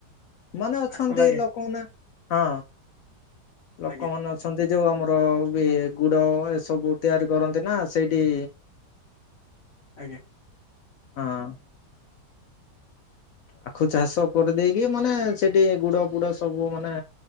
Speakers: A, on the left; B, on the left.
A: ମାନେ ଅଛନ୍ତି
B: ଆଖୁ ଲାଗେ
A: ଲୋକମାନେ ହଁ ଲୋକମାନେ
B: ଆଜ୍ଞା
A: ଅ- ଛନ୍ତି ଯୋଉ ଆମର ବି ଗୁଡ଼ ଏସବୁ ତିଆରି କରନ୍ତି ନା ସେଇଠି।
B: ଆଜ୍ଞା।
A: ହଁ। ଆଖୁ ଚାଷ କରିଦେଇକି ମାନେ ସେଠି ଗୁଡ଼-ଗୁଡ଼ ସବୁ ମାନେ